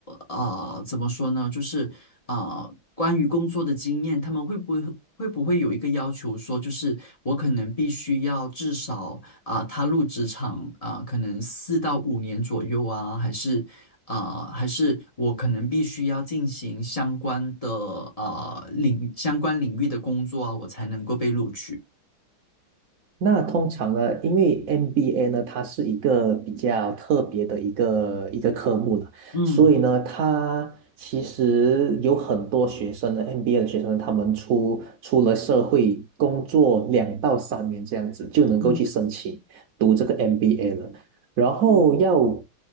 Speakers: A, on the left; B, on the right.
A: 啊、怎么说呢？就是啊、关于工作的经验，他们会不会会不会有一个要求说，就是我可能必须要至少啊、踏入职场啊、可能四到五年左右啊，还是啊、还是我可能必须要进行相关的啊领相关领域的工作啊，我才能够被录取。
B: 那通常呢，因为 MBA 呢，它是一个比较特别的一个一个科目了，
A: 嗯
B: 所以呢，它其实有很多学生呢，MBA 的学生，他们出出了社会工作两到三年这样子，就能够去申请读这个
A: 嗯
B: MBA 了。然后要
A: 嗯